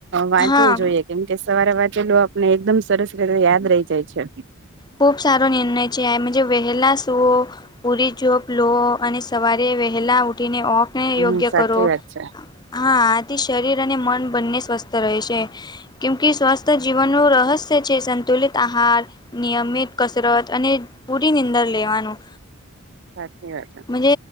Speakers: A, on the right; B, on the left.
A: વાંચવું
B: હા
A: જોઈએ કેમ કે સવારે વાંચેલું આપને એકદમ સરસ રીતે યાદ રહી જાય છે
B: ખૂબ સારો નિર્ણય છે અને અએમે જ વહેલા સુવો પૂરી જોપ લો અને સવારે વહેલા ઊઠીને વોકને
A: હમ
B: યોગને
A: સાચી
B: કરો
A: વાત છે
B: હા આથી શરીર અને મન બંને સ્વસ્થ રહે છે કેમ સ્વસ્થ જીવનનું રહસ્ય છે સંતુલિત આહાર નિયમિત કસરત અને પૂરી નીંદર લેવાનું
A: સાચી વાત છે
B: મજ